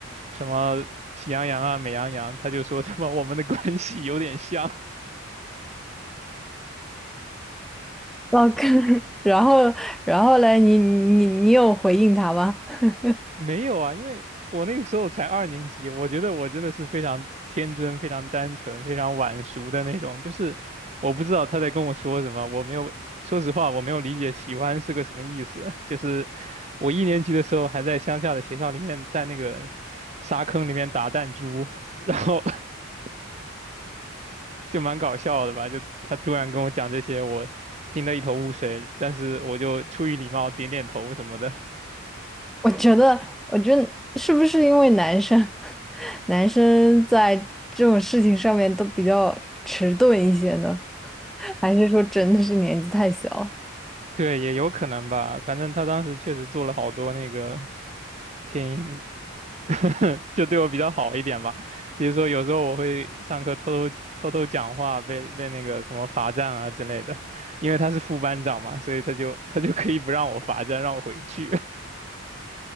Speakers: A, on the right (about 30°); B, in the centre.
A: 什么喜羊羊啊、美羊羊，他就说什么我们的关系有点像，
B: 哦，可 <laughs> 然后然后嘞，你你你有回应他吗？<laughs>
A: 没有啊，因为我那个时候才二年级，我觉得我真的是非常天真、非常单纯、非常晚熟的那种。就是我不知道他在跟我说什么，我没有，说实话，我没有理解喜欢是个什么意思。<laughs> 就是我一年级的时候还在乡下的学校里面，在那个沙坑里面打弹珠，然后 <laughs> 就蛮搞笑的吧。就他突然跟我讲这些，我听得一头雾水，但是我就出于礼貌点点头什么的。
B: 我觉得，我觉得是不是因为男生 <laughs> 男生在这种事情上面都比较迟钝一些呢？<laughs> 还是说真的是年纪太小？
A: 对，也有可能吧。反正他当时确实做了好多那个挺 <laughs> 就对我比较好一点吧。比如说有时候我会上课偷偷偷偷讲话，被被那个什么罚站啊之类的。因为他是副班长嘛，所以他就他就可以不让我罚站，让我回去。